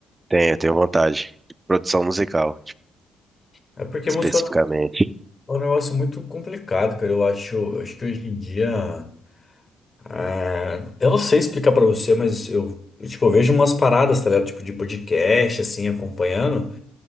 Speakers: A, on the right; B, on the left.
A: Tenho, tenho vontade. Produção musical, tipo,
B: É porque
A: especificamente.
B: música É um negócio muito complicado, cara. Eu acho, acho que hoje em dia. ah, eu não sei explicar pra você, mas eu, eu, tipo, eu vejo umas paradas, tá ligado? Tipo, de podcast, assim, acompanhando.